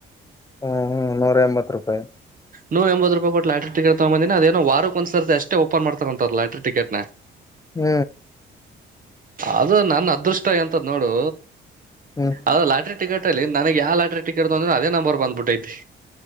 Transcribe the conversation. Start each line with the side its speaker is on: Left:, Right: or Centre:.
Left: ಹ್ಮ್ ಹ್ಮ್ ನೂರ ಎಂಬತ್ ರೂಪಾಯಿ
Right: ನೂ ಎಂಬತ್ತು ರೂಪಾಯ ಕೊುಲ್ಯಟ ಟಿಕೆಟ್ಗ ಬಂದಿ ಅದೇಏ ವಕ್ ಒನ್ ಸಾರಿ ಅಷ್ಟೇ ಓಪನ್ ಮಾಡತಾರ ಅಂತ ಲಾಟರಿ ಟಿಕೆಟ್
Left: ಹ್ಮ್
Right: ಅದು ನನ್ ಅದೃಷ್ಟ ಎಂತ್ ನೋಡು
Left: ಹ್ಮ್
Right: ಅದು ಲಾಟ್ರಿ ಟಿಕೆಟ್ ಅಲ್ಲಿ ನನಗ್ ಯಾವ ಲಾಟಿ ಟಿರ್ದ ಅಂದ್ರೆ ಅದೇ ನಂಬರ್ ಬಂದ್ಬಿಟ್ಟೈತಿ